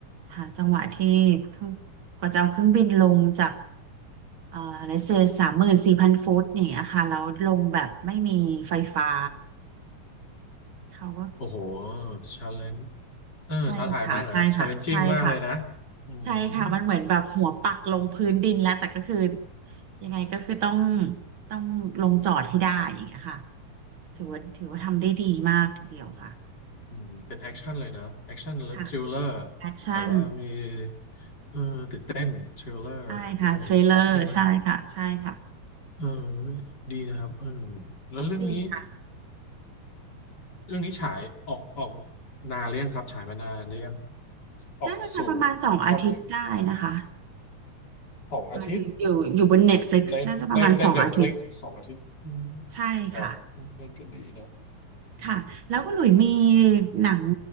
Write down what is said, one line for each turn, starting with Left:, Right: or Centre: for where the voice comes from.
Right: หาจังหวะที่เครื่องกว่าจะเอาเครื่องบินลงจากเอ่อเลเซสามหมื่นสี่พันฟุตอย่างเงี้ยค่ะแล้วลงแบบไม่มีไฟฟ้าเขาก็
Left: โอ้โหชาเลนจ์เออท้าทายมากเลยนะชาเลนจิ้งมากเลยนะ
Right: ใช่ค่ะใช่ค่ะใช่ค่ะ
Left: อืม
Right: ใช่ค่ะมันเหมือนแบบหัวปักลงพื้นดินแล้วแต่ก็คือยังไงก็คือต้องต้องลงจอดให้ได้อย่างเงี้ยค่ะถือว่าถือว่าทำได้ดีมากทีเดียวค่ะ
Left: อืมเป็นแอคชั่นเลยนะแอคชั่นและทริลเลอร์
Right: ค่ะแอคชั่น
Left: แบบว่ามีเออตื่นเต้นทริลเลอร์ด้วยใช่ไหม
Right: ได้ค่ะเทรลเลอร์ใช่ค่ะใช่ค่ะ
Left: เออดีนะครับเออแล้วเรื่องนี้
Right: ดีค่ะ
Left: เรื่องนี้ฉายออกออกนานหรือยังครับฉายมานานหรือยังออกสู่
Right: น่าจะสักประมาณสองอาทิตย์ได้นะคะ
Left: ภาพยนตร์สองอาทิตย์
Right: หมายถึงอยู่อยู่บน Netflix
Left: ในในในเน็ตฟลิกสองอาทิตย์อืม
Right: น่าจะประมาณสองอาทิตย์ใช่ค่ะ
Left: ครับเล่นก็ดีนะ
Right: ค่ะแล้วก็หลุยมี
Left: โอเค
Right: หนัง